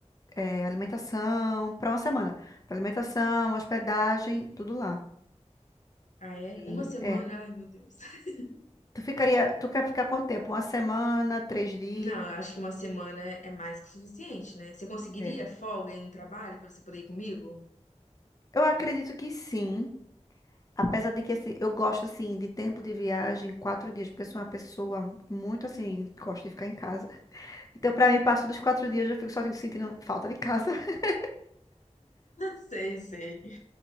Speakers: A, on the left; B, on the left.
A: é, alimentação, pra uma semana. Pra alimentação, hospedagem, tudo lá.
B: ah, é?
A: E,
B: Uma semana?
A: é.
B: Ai, meu Deus. <laughs>
A: Tu ficaria, tu quer ficar quanto tempo? Uma semana, três dias?
B: Não, eu acho que uma semana é é mais que o suficiente, né? Você conseguiria
A: É.
B: folga aí no trabalho pra você poder ir comigo?
A: Eu acredito que sim. Apesar de que assim, eu gosto assim de tempo de viagem, quatro dias, porque eu sou uma pessoa muito assim, gosto de ficar em casa. Então, pra mim, passo dos quatro dias, eu fico só sentindo falta de casa. <laughs>
B: <laughs> Sei, sei.